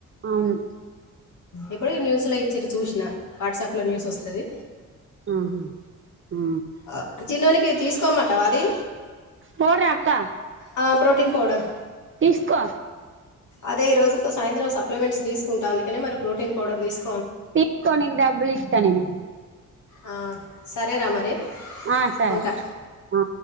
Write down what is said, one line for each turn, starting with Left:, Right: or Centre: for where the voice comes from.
Right: అవును
Left: ఎప్పుడో ఈ న్యూస్లో ఇచ్చారు చూసినా వాట్సాప్లో న్యూస్ వొస్తది
Right: మ్ హు
Left: ఆ చిన్నోడికే తీసుకోమంటావా అది
Right: తోడురా అక్క
Left: ఆ, ప్రోటీన్ పౌడర్
Right: తీసుకో
Left: అదే ఈరోజు సాయంత్రం సప్లిమెంట్స్ తీసుంటా అందుకనే మరీ ప్రోటీన్ పౌడర్ తీసుకు
Right: తీసుకో నీకు డబ్బులు ఇస్తా నేను
Left: ఆ సరే రా మరి
Right: ఆ సరే
Left: ఉంటా
Right: హా